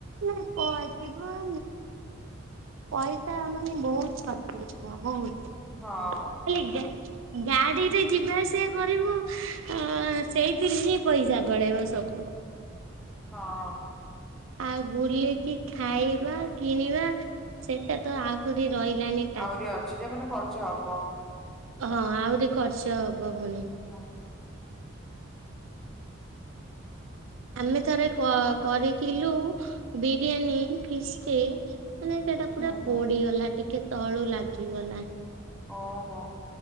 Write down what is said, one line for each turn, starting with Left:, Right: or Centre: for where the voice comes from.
Right: ମାନେ ଅ ଯିବ <unintelligible> ପଇସା ମାନେ ବହୁତ ଖର୍ଚ୍ଚ ହେଇଯିବ ବହୁତ।
Centre: ହଁ।
Right: ହେଲେ ଗେନ୍ ଗାଡିରେ ଯିବା ଆସିବା କରିବୁ ଅ ସେଇଥିରେ ହିଁ ପଇସା ପଳେଇବ ସବୁ।
Centre: ହଁ।
Right: ଆଉ ବୁଲିକି ଖାଇବା କିଣିବା ସେଟା ତ ଆହୁରି ରହିଲାଣି।
Centre: ଆହୁରି ଅଛି ଯେ ମାନେ ଖର୍ଚ୍ଚ ହବ।
Right: ହଁ ଆହୁରି ଖର୍ଚ୍ଚ ହବ ପୁଣି।
Centre: ହଁ।
Right: ଆମେ ଥରେ କ-କରିଥିଲୁ ବିରିୟାନୀ ଫିଷ୍ଟ। ମାନେ ସେଟା ପୁରା
Centre: ହୁଁ ହୁଁ
Right: ପୋଡିଗଲା ଟିକେ ତଳୁ ଲାଗିଗଲା।
Centre: ଓହୋ